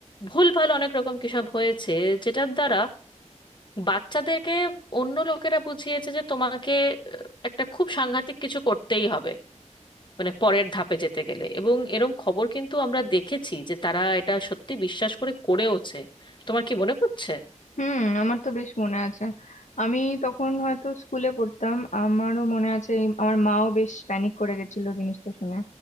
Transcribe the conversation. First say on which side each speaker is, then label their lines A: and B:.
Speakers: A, on the left; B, on the left.
A: ভুলভাল অনেক রকম কিসব হয়েছে যেটার দ্বারা বাচ্চাদেরকে অন্য লোকেরা বুঝিয়েছে যে তোমাকে আহ, একটা খুব সাংঘাতিক কিছু করতেই হবে মানে পরের ধাপে যেতে গেলে এবং এরম খবর কিন্তু আমরা দেখেছি যে তারা এটা সত্যি বিশ্বাস করে করেওছে তোমার কি মনে পড়ছে
B: হুম আমার তো বেশ মনে আছে আমি তখন হয়তো স্কুলে পড়তাম আমারও মনে আছে এই- আমার মাও বেশ প্যানিক করে গেছিল জিনিসটা শুনে